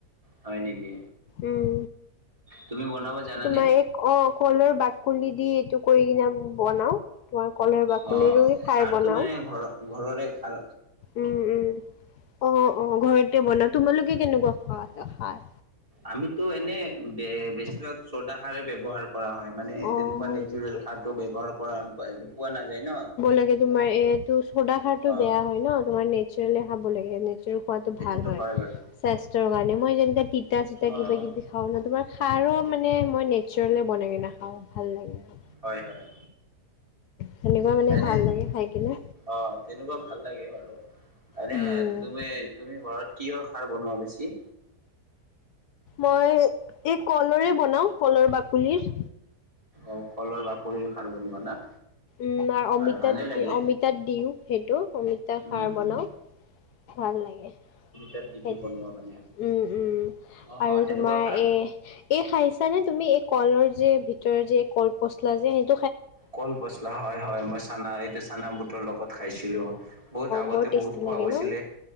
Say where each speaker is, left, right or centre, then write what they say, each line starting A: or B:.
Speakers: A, on the right; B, on the left.
A: হয় নেকি।
B: উম,
A: তুমি বনাব জানানে
B: তোমাৰ এই অ' কলৰ বাককুলি দি টো কৰি কিনে বনাও তোমাৰ কলৰ বাকলিৰো
A: অ
B: খাৰ
A: খাৰটো
B: বনাও
A: মানে ঘৰ ঘৰৰে খাল
B: উম, উম, অ' অ' ঘৰতে বনাও তোমালোকে কেনেকুৱা খোৱা খাই
A: আমিতো এনে বেছিভাগ চৌড সাৰ ব্যৱহাৰ কৰা হয়, মানে
B: অ
A: তেনেকুৱা
B: হয়
A: নেচোৰেল
B: নেকি
A: সাৰটো ব্যৱহাৰ কৰা পোৱা নাযায় ন।
B: চোৱা সাৰটৌ তোমাৰ এইটো চোডা খাৰটো
A: অ
B: বেয়া হয় ন তোমাৰ নেচেৰেলী খাব লাগে, নেচেৰেল খোৱাটো
A: সেইটোতো
B: ভাল হয়,
A: বাৰু
B: স্বাস্থ্যৰ কাৰণে মই যেনেকৈ তি তিতা চিতা
A: অ'
B: কিবা কিবি খাওঁ ন তোমাৰ খাৰো মানে মই নেচাৰলে বনাই কি নাখাওঁ ভাল লাগে। আৰু
A: হয়, হয়।
B: সেনেকুৱা মানে
A: এনে
B: ভাল লাগে খাই কিনে
A: অ' তেনেকুৱা ভাল লাগে বাৰু এনে
B: উম,
A: তুমি তুমি ঘৰত কিহৰ খাৰ বনোৱা বেছি।
B: মই এই কলৰে বনাও, কলৰ বাকলিৰ।
A: অ' কলৰ বাকলি সাৰ বনোৱা না।
B: উম, আৰু
A: হয়
B: অমিতা
A: ভালে লাগে
B: অমিতাত দিওঁ, সেইটো অমিতা
A: উম
B: সাৰ বনাও।
A: উম
B: ভাল লাগে।
A: তাত দি
B: সেই
A: বনোৱা মানে?
B: উম, উম,
A: অ'
B: আৰু
A: অ' সেনেকুৱা
B: তোমাৰ
A: সাৰ
B: এ এই খাইছানে? তুমি এই কলৰ যে ভিতৰৰ যে কল পচলা যে সেই
A: কল পচলা হয়, হয়, মই চানা এইটো চানা বুটৰ লগত খাইছিলো অ' বহুত আগতে
B: বৰ টেষ্টি
A: বহুত খোৱা
B: লাগে
A: গৈছিলে
B: ন?